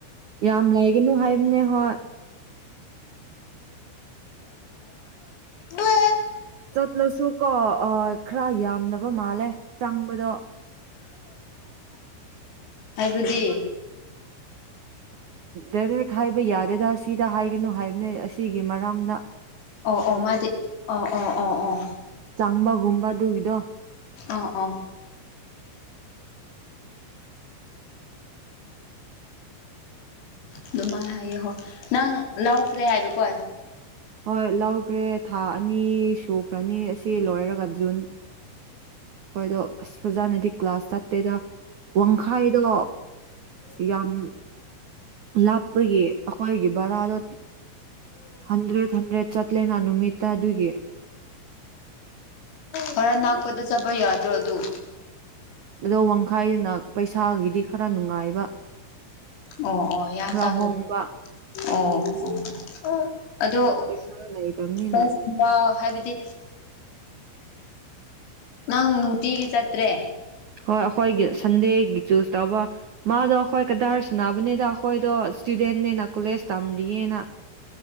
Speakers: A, on the right; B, on the left.
A: ꯌꯥꯝ ꯂꯩꯥꯏꯒꯅꯨ ꯍꯥꯏꯕꯅꯦ ꯍꯣꯏ
B: ꯃ
A: ꯆꯠꯂꯁꯨ ꯀꯣ ꯈꯔ ꯌꯥꯝꯕ ꯃꯥꯜꯂꯦ ꯆꯪꯕꯗꯣ
B: ꯍꯥꯏꯕꯗꯤ
A: ꯗꯥꯏꯔꯦꯛ ꯍꯥꯏꯕ ꯌꯥꯗꯦꯗ ꯁꯤꯗ ꯍꯥꯏꯒꯅꯨ ꯍꯥꯏꯕꯅꯦ ꯑꯁꯤꯒꯤ ꯃꯔꯝꯗ
B: ꯑꯣ ꯑꯣ ꯃꯥꯗꯤ ꯑꯣ ꯑꯣ ꯑꯣ ꯑꯣ
A: ꯆꯪꯕꯒꯨꯝꯕ ꯑꯗꯨꯒꯤꯗꯣ
B: ꯑ ꯑ ꯑꯗꯨꯃꯥꯏꯅ ꯍꯥꯏꯌꯦꯍꯣ ꯅꯪ ꯂꯧꯈ꯭ꯔꯦ ꯍꯥꯏꯕꯀꯣ
A: ꯍꯣꯏ ꯂꯧꯈ꯭ꯔꯦ ꯊꯥ ꯑꯅꯤ ꯁꯨꯈ꯭ꯔꯅꯤ ꯑꯁꯤ ꯂꯣꯏꯔꯒ ꯖꯨꯟ ꯍꯣꯏꯗꯣ ꯑꯁ ꯐꯖꯅꯗꯤ ꯀ꯭ꯂꯥꯁ ꯆꯠꯇꯦꯗ ꯋꯥꯡꯈꯥꯏꯗꯣ ꯑ ꯌꯥꯝ ꯂꯥꯞꯄꯒꯤ ꯑꯩꯈꯣꯏꯒꯤ ꯚꯔꯥꯗꯣ ꯍꯟꯗ꯭ꯔꯦꯠ ꯍꯟꯗ꯭ꯔꯦꯠ ꯆꯠꯂꯦꯅ ꯅꯨꯃꯤꯠꯇ ꯑꯗꯨꯒꯤ
B: ꯍꯔ ꯅꯛꯄꯗ ꯆꯠꯄ ꯌꯥꯗ꯭ꯔꯣ ꯑꯗꯨ
A: ꯑꯗꯣ ꯋꯥꯡꯈꯥꯏꯗꯨꯅ ꯄꯩꯁꯥꯒꯤꯗꯤ ꯈꯔ ꯅꯨꯡꯉꯥꯏꯕ
B: ꯑꯣ ꯑꯣ ꯌꯥꯝ
A: ꯈꯔ
B: ꯇꯥꯡꯅ
A: ꯍꯣꯡꯕ
B: ꯑꯣ ꯑꯣ ꯑꯣ ꯑꯗꯣ
A: ꯄꯩꯁꯥ ꯂꯩꯇꯕꯅꯤꯅ
B: ꯀ꯭ꯂꯥꯁꯀꯨꯝꯕ ꯍꯥꯏꯕꯗꯤ ꯅꯪ ꯅꯨꯡꯇꯤꯒꯤ ꯆꯠꯇ꯭ꯔꯦ
A: ꯍꯣꯏ ꯑꯩꯈꯣꯏꯒꯤ ꯁꯟꯗꯦꯒꯤ ꯆꯨꯁ ꯇꯧꯕ ꯃꯥꯗꯣ ꯑꯩꯈꯣꯏ ꯀꯗꯥꯏꯔ ꯁꯥꯟꯅꯕꯅꯤꯗ ꯑꯩꯈꯣꯏꯗꯣ ꯏꯁꯇꯨꯗꯦꯟꯅꯦꯅ ꯀꯣꯂꯦꯖ ꯇꯝꯔꯤꯌꯦꯅ